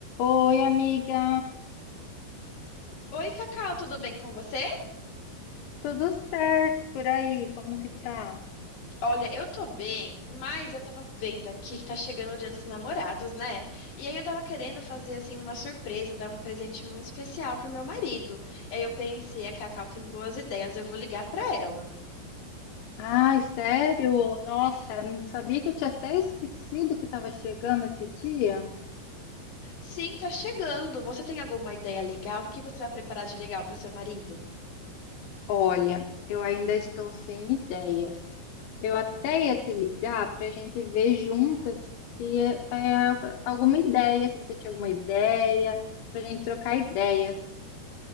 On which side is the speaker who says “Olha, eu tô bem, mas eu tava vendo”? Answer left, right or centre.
Left